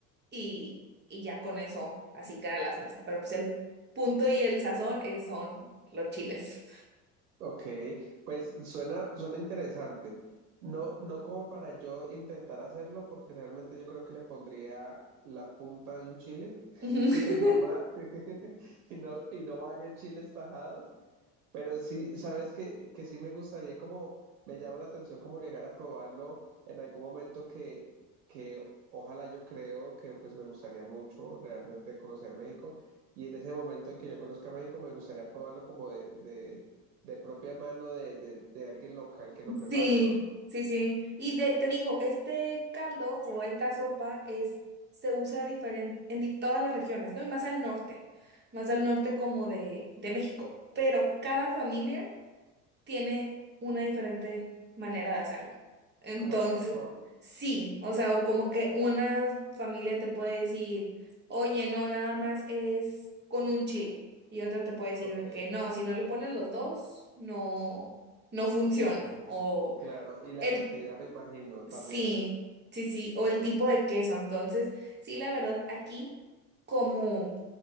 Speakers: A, on the right (about 25°); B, on the right (about 90°).
A: y, y ya con eso así queda la salsa. Pero pues el punto y el sazón es- son los chiles.
B: Ok, pues suena, suena interesante. No, no como para yo intentar hacerlo, porque realmente yo creo que le pondría la punta de un chile,
A: Ujú.
B: <laughs>
A: <laughs>
B: no más, <laughs> y no, y no varios chiles tajados, pero sí, sabes que, que sí me gustaría como, me llama la atención como llegar a probarlo en algún momento que, que ojalá yo creo que pues me gustaría mucho realmente conocer México y en ese momento en que yo conozca México me gustaría probarlo como de, de, de propia mano de, de, de alguien local que lo prepare,
A: Sí,
B: ¿no?
A: sí, sí. Y de- te digo, este caldo o esta sopa es, se usa diferente en di- todas las regiones, ¿no? Y más al norte, más al norte como de, de México. Pero cada familia tiene una diferente manera de hacerlo. Entonces,
B: Como la sazón,
A: sí, o sea, o como que una familia te puede decir, oye, no, nada más es con un chile. Y otra te puede decir
B: ok,
A: de que no, si no le pones los dos, no, no funciona. O
B: claro, y la
A: el,
B: cantidad me imagino
A: sí,
B: también.
A: sí, sí, o el tipo de queso. Entonces, sí, la verdad, aquí como